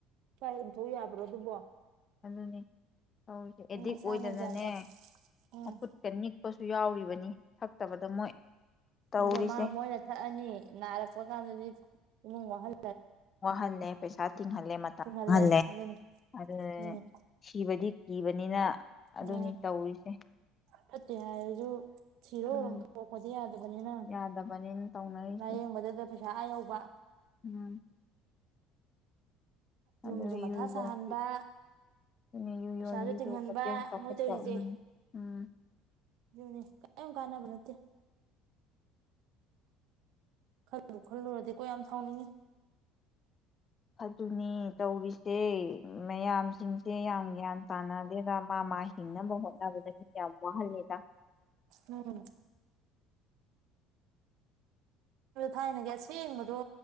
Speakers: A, on the right; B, on the left.
A: ꯀꯥꯏ ꯌꯝꯊꯣꯛ ꯌꯥꯕ꯭ꯔꯣ ꯑꯗꯨꯕꯣ
B: ꯑꯗꯨꯅꯦ ꯇꯧꯔꯤꯁꯦ ꯑꯦꯗꯤꯛ
A: ꯃꯁꯥꯅ
B: ꯑꯣꯏꯗꯅꯅꯦ
A: ꯒ꯭ꯌꯥꯟ ꯇꯥ ꯎꯝ
B: ꯃꯈꯨꯠꯀꯅꯤꯛ ꯁꯨ ꯌꯥꯎꯔꯤꯕꯅꯤ ꯊꯛꯇꯕꯗ ꯃꯣꯏ ꯇꯧꯔꯤꯁꯦ
A: ꯑꯗꯣ ꯃꯥ ꯃꯣꯏꯅ ꯊꯛꯑꯅꯤ ꯅꯥꯔꯛꯄ ꯀꯥꯟꯗꯗꯤ ꯏꯃꯨꯡ ꯃꯍꯜ
B: ꯋꯥꯍꯅꯦꯦ ꯄꯩꯁꯥ ꯇꯤꯡꯍꯜꯂꯦ ꯃꯇꯝ
A: ꯆꯤꯡꯍꯜꯂꯦ
B: ꯃꯥꯡꯍꯜꯂꯦ
A: ꯑꯗꯨꯅꯤ
B: ꯑꯗꯨꯅꯅꯦ
A: ꯑꯗꯨꯅꯤ
B: ꯁꯤꯕꯗꯤ ꯀꯤꯕꯅꯤꯅ ꯑꯗꯨꯅꯤ
A: ꯑ
B: ꯇꯧꯔꯤꯁꯦ
A: ꯐꯠꯇꯦ ꯍꯥꯏꯔꯁꯨ ꯁꯤꯤꯔꯣꯔꯣꯝ
B: ꯎꯝ
A: ꯊꯣꯛꯄꯗꯤ ꯌꯥꯗꯕ ꯐꯕꯅꯤꯅ
B: ꯌꯥꯗꯕꯅꯤꯅ ꯇꯧꯅꯔꯤꯁꯦ
A: ꯂꯥꯏꯌꯦꯡꯕꯗꯨꯗ ꯄꯩꯁꯥ ꯑ ꯌꯧꯕ
B: ꯎꯝ ꯑꯗꯨ
A: ꯌꯨꯝꯁꯨ ꯃꯊꯥ
B: ꯌꯨ ꯌꯣꯟꯕꯤ
A: ꯁꯥꯍꯟꯕ
B: ꯑꯗꯨꯅ ꯌꯨ
A: ꯄꯩꯁꯥꯁꯨ
B: ꯌꯣꯟꯕꯤꯁꯨ
A: ꯇꯤꯡꯍꯟꯕ
B: ꯍꯣꯇꯦꯜ ꯆꯥꯎꯈꯠꯄ
A: ꯃꯣꯏ ꯇꯧꯔꯤꯁꯦ
B: ꯎꯝ ꯎꯝ
A: ꯑꯗꯨꯅꯤ ꯌꯥꯝ ꯀꯥꯟꯅꯕ ꯅꯠꯇꯦ ꯈꯜꯂꯨ ꯈꯜꯂꯨꯔꯗꯤ ꯀꯣ ꯌꯥꯝ ꯁꯥꯎꯅꯤꯡꯉꯤ
B: ꯑꯗꯨꯅꯤ ꯇꯧꯔꯤꯁꯦ ꯃꯌꯥꯝꯁꯤꯡꯁꯦ ꯌꯥꯝ ꯒ꯭ꯌꯥꯟ ꯇꯥꯅꯗꯦꯗ ꯃꯥ ꯃꯥ ꯍꯤꯡꯅꯕ ꯍꯣꯠꯅꯕꯗ ꯃꯤ ꯌꯥꯝ ꯋꯥꯍꯜꯂꯦꯗ
A: ꯎꯝ ꯊꯥꯏꯅꯒꯤ ꯑꯁꯦꯡꯕꯗꯣ